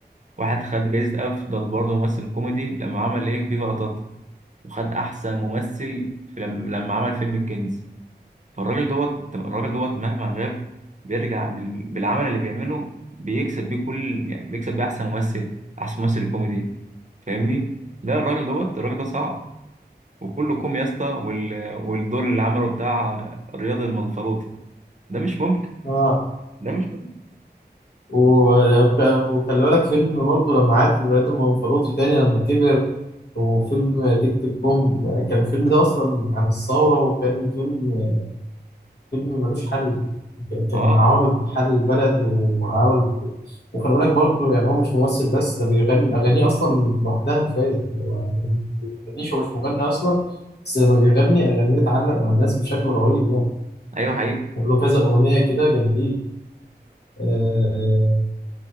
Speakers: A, on the right (about 45°); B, on the left (about 70°).
A: واحد خد جايزة أفضل برضو ممثل كوميدي لما عمل إيه فيفا قطاطا وخد أحسن ممثل في لما, لما عمل فيلم الكنز فالراجل دوت الراجل دوت مهما غاب بيرجع بال- بالعمل اللي بيعمله بيكسب بيه كل يعني بيكسب بيه أحسن ممثل أحسن ممثل كوميدي فاهمني لا الراجل دوت الراجل ده صعب وكله كوم يا اسطى وال... والدور اللي عمله بتاع رياض المنفلوطي ده مش ممكن
B: آه
A: ده مش ممكن
B: وك-
A: مش ممكن.
B: وخلي بالك فيلم برضه لما عاد رياض المنفلوطي تاني لما كبر وفيلم تيك تيك بوم كان الفيلم ده أصلا عن الثورة وكان فيلم فيلم ملوش حل كان كان
A: اه
B: عارض حل البلد وعارض وخلي بالك برضه يعني هو مش ممثل بس ده بيغني أغانيه أصلا لوحدها كفاية هو ما بيغنيش هو مش مغني أصلا بس لما بيغني أغانيه بتعلق مع الناس بشكل رهيب يعني
A: ايوه حقيقي
B: له كذا أغنية كده جامدين آه